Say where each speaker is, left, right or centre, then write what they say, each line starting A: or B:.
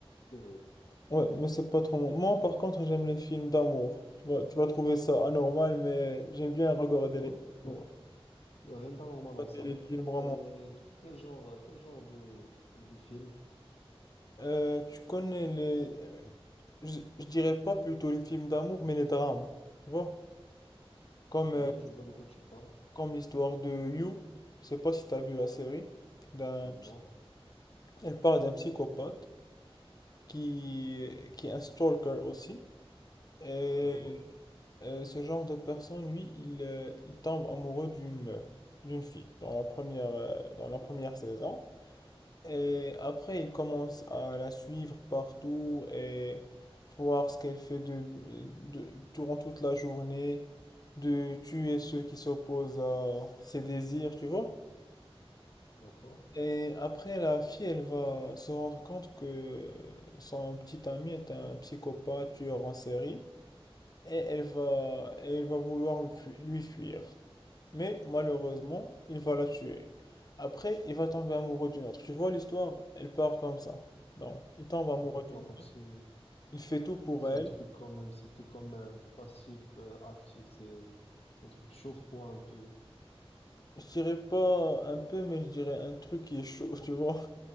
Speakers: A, on the left (about 75°); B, on the left (about 40°).
A: C'est vrai.
B: Ouais, mais c'est pas trop mon... Moi, par contre, j'aime les films d'amour. Tu vas, tu vas trouver ça anormal, mais j'aime bien regarder
A: Non,
B: les films,
A: non, non.
B: d'amour,
A: Il n'y a rien d'anormal
B: regarder
A: en ça.
B: les films romantiques.
A: Euh, de- quel genre, quel genre de, de film?
B: Euh, tu connais les... euh, Je, je dirais pas plutôt les films d'amour, mais les drames, tu vois. Comme, euh,
A: Oui, je vois de quoi tu parles.
B: comme l'histoire de You. Je sais pas si t'as vu la série. d'un
A: Non,
B: Elle parle d'un psychopathe qui, qui est un stalker aussi. Et
A: d'accord,
B: euh, ce genre de personne, lui, il, euh, il tombe amoureux d'une meuf, d'une fille, dans la première, euh, dans la première saison. Et après, il commence à la suivre partout et voir ce qu'elle fait de, de- durant toute la journée, de tuer ceux qui s'opposent à ses désirs, tu vois?
A: d'accord,
B: Et après, la fille, elle va se rendre compte que son petit ami est un psychopathe tueur en série et elle va, elle va vouloir lui fu- lui fuir. Mais malheureusement, il va la tuer. Après, il va tomber amoureux d'une autre. Tu vois, l'histoire, elle part comme ça. Donc, il tombe amoureux
A: d'accord.
B: d'une
A: Donc,
B: autre.
A: c'est,
B: Il fait tout pour
A: c'est
B: elle.
A: un truc quand même, c'était comme euh, passif, euh, actif. C'est, c'est un truc chaud-froid un peu.
B: Je dirais pas un peu, mais je dirais un truc qui est chaud, <laughs> tu vois.